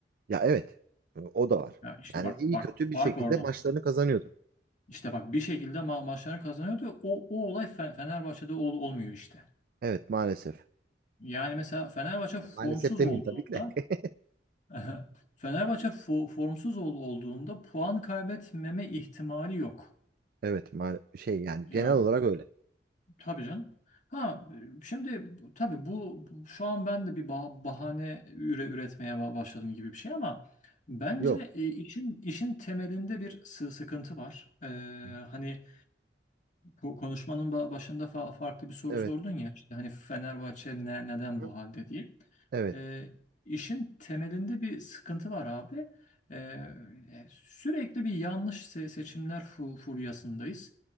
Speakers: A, on the right (about 55°); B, on the left (about 45°).
A: Ya evet. e, O da var.
B: Ya işte
A: Yani
B: bak
A: iyi
B: bak
A: kötü bir
B: fark
A: şekilde
B: orada.
A: maçlarını kazanıyordu.
B: İşte bak bir şekilde ma maçlarını kazanıyordu. O, o olay Fe- Fenerbahçe'de ol olmuyor işte.
A: Evet maalesef.
B: Yani mesela Fenerbahçe formsuz
A: Maalesef demeyeyim
B: olduğunda
A: tabii ki de. <laughs>
B: <laughs> Fenerbahçe fo- formsuz ol- olduğunda puan kaybetmeme ihtimali yok.
A: Evet ma şey yani
B: Yani
A: genel olarak öyle.
B: Tabii canım. Ha e, şimdi bu- tabii bu, bu- şu an ben de bir ba- bahane üre üretmeye ba- başladım gibi bir şey ama bence
A: Yok.
B: e, işin işin temelinde bir sı- sıkıntı var. Ee,
A: Hı hı.
B: hani bu konuşmanın ba- başında fa- farklı bir soru
A: Evet.
B: sordun ya işte hani Fenerbahçe ne neden
A: Hı
B: bu
A: hı.
B: halde diye.
A: Evet.
B: Ee, işin temelinde bir sıkıntı var abi. Ee, sürekli bir yanlış se- seçimler fu- furyasındayız.